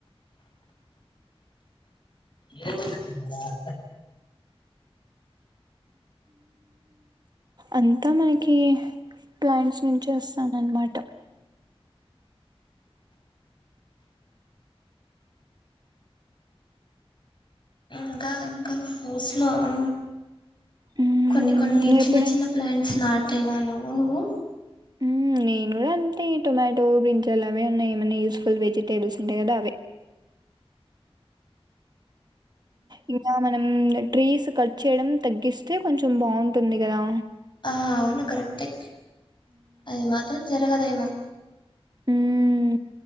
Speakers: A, on the left; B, on the right.
A: హలో ఏ చె
B: అంతా మనకి ప్లాంట్స్ పెంచేస్తానన్నమాట
A: ఇంకా ఇంకా మా హౌస్ లో అ
B: మ్మ్.
A: కొన్ని కొన్ని
B: నువ్వు
A: చిన్న
B: ఎప్పుడైనా
A: చిన్న ప్లాంట్స్ నాటిన నువ్వు నువ్వు
B: హుం నేను కూడా అంటే టొమాటో బ్రింజాలు అవే ఉన్నాయి ఏమైన్నా యూస్ఫుల్ వెజిటేబుల్స్ ఉంటాయి కదా అవే ఇంగ మనం ట్రీస్ కట్ చేయడం తగ్గిస్తే కొంచెం బాగుంటుంది కదా
A: ఆ అవును కరెక్టే అది మాత్రం జరగదేమొ
B: హుం